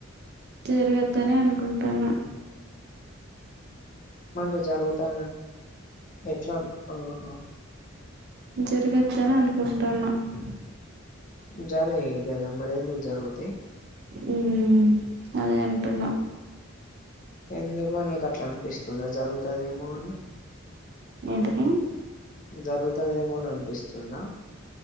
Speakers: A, on the right; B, on the left.
A: జరగద్దని అనుకుంటాను
B: మంటే జరుగుతా ఎట్లా ఆహ
A: జరగద్దని అనుకుంటును ఇ
B: జర ఏ క అరి అందుకు జరుగుయాయ్
A: ఉ అదే అనుంటన్నా
B: ఎందుకు నీకు అట్లా అనిపిస్తుంది జరుగుతుదేమో అని
A: ఏంటికి
B: జరుగుతుదేమోని అనిపిస్తున్నా